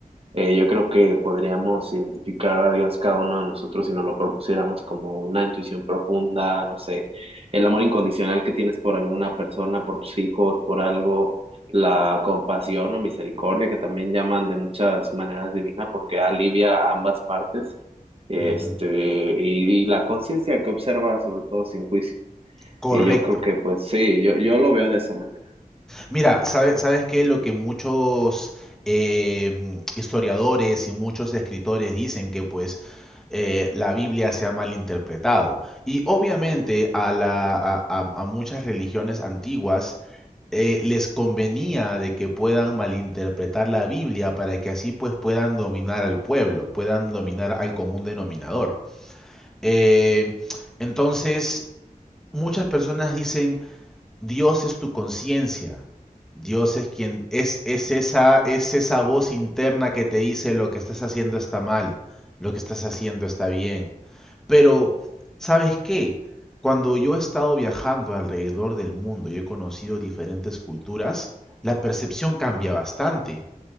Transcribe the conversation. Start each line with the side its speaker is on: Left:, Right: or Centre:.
Right: Eh, yo creo que podríamos identificar a Dios cada uno de nosotros si nos lo propusiéramos como una intuición profunda, no sé, el amor incondicional que tienes por alguna persona, por tus hijos, por algo, la compasión o misericordia que también llaman de muchas maneras divina porque alivia ambas partes, este,
Centre: Ujú.
Right: y, y la conciencia que observa sobre todo sin juicio.
Centre: Correcto.
Right: Y yo creo que pues sí, yo, yo lo veo de esa manera.
Centre: Mira, sabe- ¿sabes qué? Lo que muchos eh, historiadores y muchos escritores dicen que pues eh, la Biblia se ha malinterpretado. Y obviamente
Right: Es correcto.
Centre: a, la, a, a- a muchas religiones antiguas eh, les convenía de que puedan malinterpretar la Biblia para que así pues puedan dominar al pueblo, puedan dominar al común denominador. Eh, entonces, muchas personas dicen... Dios es tu conciencia. Dios es quien es, es, esa, es esa voz interna que te dice lo que estás haciendo está mal, lo que estás haciendo está bien. Pero, ¿sabes qué? Cuando yo he estado viajando alrededor del mundo y he conocido diferentes culturas, la percepción cambia bastante.